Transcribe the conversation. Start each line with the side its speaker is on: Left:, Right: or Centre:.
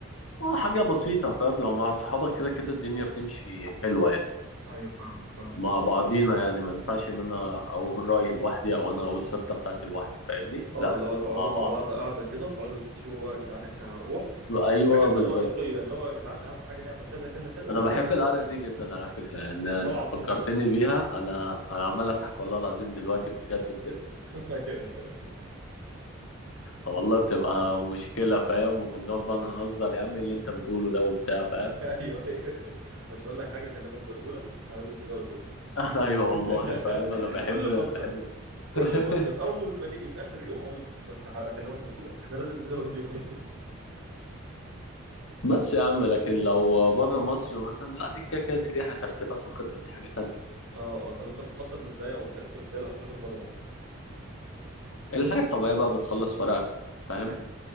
Left: اه حاجة بسيطة فاهم لو مع صحابك كده كده الدنيا بتمشي حلوة يعني
Right: ايوه فاهمك فاهم
Left: مع بعضينا يعني ما ينفعش ان انا اقول رأيي لوحدي او انا اقول خطة بتاعتي لوحدي فاهمني
Right: اه
Left: لا
Right: اللي
Left: بتبقى
Right: هو تقعدوا
Left: مع بعض
Right: مع بعض قاعده كده وتقعدوا تشوروا بقى يا جدعان احنا هنروح
Left: ايوه
Right: الحاجات
Left: بالظبط
Right: الرئيسيه اللي هو يا جدعان اهم حاجه نعمل كذا كذا كذا
Left: انا
Right: والباقي
Left: بحب
Right: احنا
Left: القعده
Right: براحتنا
Left: دي جدا على فكره يعني
Right: والله
Left: انت
Right: العظيم
Left: فكرتني
Right: وانا
Left: بيها انا انا عمال اضحك والله العظيم دلوقتي بجد بجد
Right: <laughs> ايوه ايوه
Left: والله بتبقى مشكله فاهم ونقعد بقى نهزر يا عم إيه اللي انت بتقوله ده وبتاع فاهم <laughs>
Right: ايوه ايوه بس اقول لك حاجه اكلمك برجوله احنا لازم نزود يومين
Left: انا ايوه والله
Right: <laughs>
Left: فاهم انا بحب
Right: كل مصيف
Left: بحب
Right: كل
Left: <laughs>
Right: مصيف اول ما نيجي في اخر يوم اقول لك بس ح- اكلمك برجوله احنا لازم نزود يومين <laughs>
Left: بس يا عم لكن لو بره مصر مثلا لا دي كده كده دي ليها ترتيبات وخطط دي حاجه تانية
Right: اه اه طب انت بتخطط ازاي او بترتب ازاي لو هتسافر بره مصر
Left: الحاجه الطبيعيه بقى بتخلص ورقك فاهم
Right: حلو